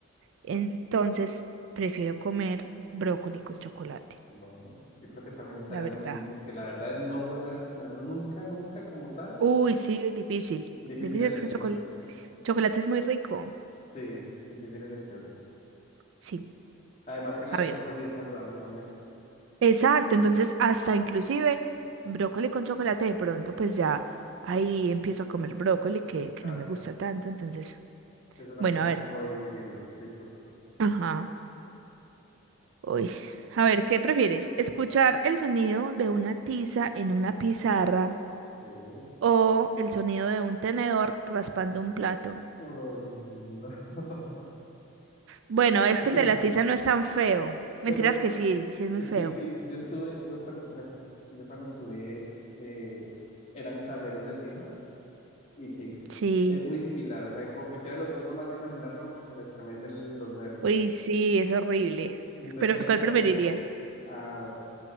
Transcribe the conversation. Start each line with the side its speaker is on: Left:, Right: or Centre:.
Right: Entonces, prefiero comer brócoli con chocolate,
Left: Bueno, yo creo que también estaría
Right: la verdad.
Left: lo mismo porque la verdad es no volver a comerlo nunca, nunca como tal.
Right: Uy,
Left: <sniffs> <sighs>
Right: sí, es difícil.
Left: Difícil
Right: Difícil
Left: elección,
Right: es que el chocolate. Chocolate es muy rico.
Left: sí, difícil elección.
Right: Sí,
Left: Además que la
Right: a
Left: del
Right: ver.
Left: brócoli es saludable también,
Right: Exacto, entonces hasta inclusive brócoli con chocolate de pronto, pues ya ahí empiezo a comer brócoli que, que
Left: claro.
Right: no me gusta tanto, entonces,
Left: Es una
Right: bueno,
Left: forma
Right: a ver,
Left: como de digerirlo. Listo. que te-
Right: ajá, uy, a ver, ¿qué prefieres? ¿Escuchar el sonido de una tiza en una pizarra
Left: Sí.
Right: o el sonido de un tenedor raspando un plato?
Left: Ay, no. <laughs>
Right: Bueno, es que el
Left: No,
Right: de la tiza no es tan feo, mentiras
Left: Pero
Right: que sí, sí es muy
Left: es
Right: feo,
Left: que sí, yo estuve, yo cuando, pues, yo cuando estudié, eh, eran tableros de tiza y sí,
Right: sí,
Left: es muy similar. O sea, con cualquiera de los dos, nomás de imaginarlo, se me estremecen los nervios.
Right: uy, sí, es horrible,
Left: Entonces
Right: pero
Left: ahí
Right: ¿cuál
Left: como
Right: preferirías?
Left: que, ah,